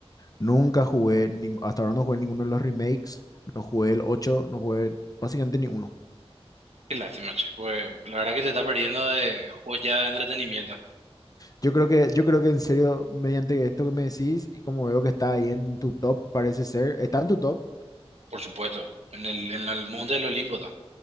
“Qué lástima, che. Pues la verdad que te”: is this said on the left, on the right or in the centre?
Right